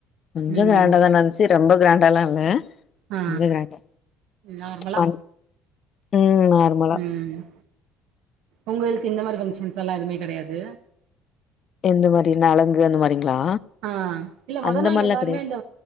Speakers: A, on the left; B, on the right.
A: கொஞ்சோ
B: ம்
A: கிராண்டாதா நடந்துச்சு ரொம்ப கிராண்டல்லா இல்ல
B: ஆ
A: கொஞ்ச கிராண்டா
B: நார்மலா
A: ஆ ம் ஆர்மா
B: ம் உங்களுக்கு இந்த மாரி ஃபங்ஷன்ஸ் எல்லா எதுமே கெடையாது
A: எந்த மாரி நலங்கு அந்த மாரிங்களா
B: ஆ இல்ல மொத
A: அந்த
B: நாள்
A: மாரிலா
B: எல்லாருமே
A: கெடையாது
B: இந்த